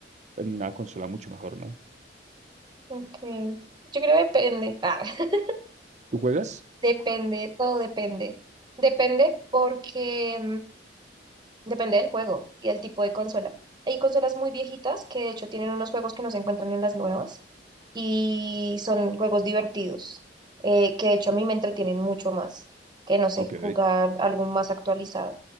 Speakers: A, on the right; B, on the right.
A: en una consola mucho mejor, ¿no?
B: okay. Yo creo que depende. Ah, <laughs>
A: ¿Tú juegas?
B: depende, todo depende. Depende porque Depende del juego y el tipo de consola. Hay consolas muy viejitas que de hecho tienen unos juegos que no se encuentran en las nuevas y son juegos divertidos, eh, que de hecho a mí me entretienen mucho más que, no sé,
A: Ok,
B: jugar algo más actualizado.